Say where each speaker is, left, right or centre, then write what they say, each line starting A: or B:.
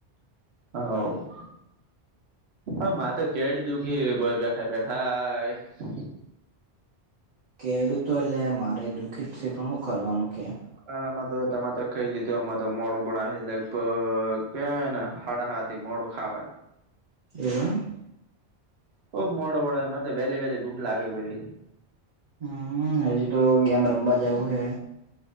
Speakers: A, on the right; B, on the right.
A: હવ. હા મા તો કેડી દુઃખી ભય બેઠા -બેઠા.
B: કેડતો લે મારે દુઃખીત છે પણ હું કરવાનું કે.
A: આમાં તો તમારે તો ખાઈ લીધું આમાં તો મોડું બનાવે છે એટલે કેને હાડા હાથ. તે મોડું ખાવાનું.
B: એવમ.
A: બવ મોડો બનાવે મનેતો વહેલી વહેલી ભૂખ લાગે પેરી.
B: હમ હજી તો ગેમ રમવા જવું હે.